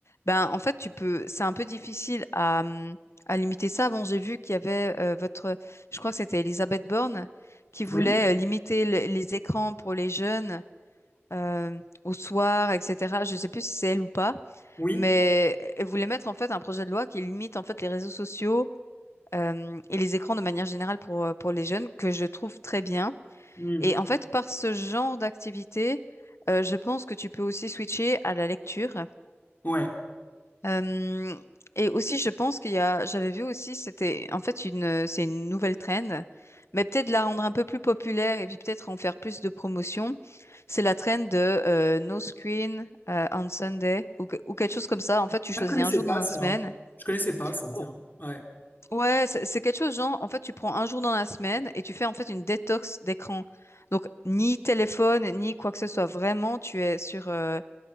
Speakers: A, on the left (about 80°); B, on the left (about 45°).
A: ben, en fait, tu peux, c'est un peu difficile à, hum, à limiter ça. Bon, j'ai vu qu'il y avait euh, votre, je crois que c'était Elisabeth Borne qui voulait
B: Oui,
A: euh, limiter le- les écrans pour les jeunes euh, au soir, etc. Je sais plus si c'est elle ou pas.
B: oui,
A: Mais elle voulait mettre en fait un projet de loi qui limite en fait les réseaux sociaux euh, et les écrans de manière générale pour, euh, pour les jeunes, que je trouve très bien.
B: hmm,
A: Et en fait, par ce genre d'activité, euh, je pense que tu peux aussi switcher à la lecture.
B: ouais.
A: Euh, et aussi, je pense qu'il y a, j'avais vu aussi, c'était en fait une, c'est une nouvelle trend, mais peut-être la rendre un peu plus populaire et puis peut-être en faire plus de promotion. C'est la trend de euh, no screen euh, on Sunday ou, que- ou quelque chose comme ça. En fait, tu choisis
B: Ah, Je connaissais
A: un jour
B: pas
A: dans
B: ça.
A: la semaine
B: hein. Je connaissais pas ça,
A: Oh,
B: tiens. Ouais.
A: Ouais, c'est c'est quelque chose genre, en fait, tu prends un jour dans la semaine et tu fais en fait une détox d'écran. Donc, ni téléphone, ni quoi que ce soit. Vraiment, tu es sur, euh,